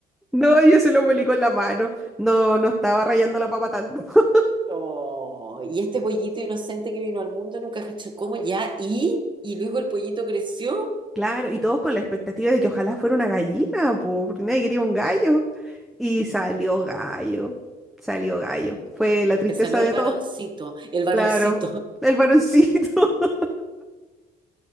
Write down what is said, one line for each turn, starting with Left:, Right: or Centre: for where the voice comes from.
Centre: No, yo se lo molí con la mano. No, no estaba rayando la papa tanto. <laughs>
Right: Oh, y este pollito inocente que vino al mundo nunca cachó cómo ya, y, y luego el pollito creció,
Centre: Claro, y todos con la expectativa de que ojalá fuera una gallina, po, porque nadie quería un gallo. Y salió gallo, salió gallo. Fue la tristeza
Right: te salió
Centre: de
Right: el varoncito,
Centre: todos,
Right: el varoncito.
Centre: claro,
Right: <laughs>
Centre: el varoncito. <laughs>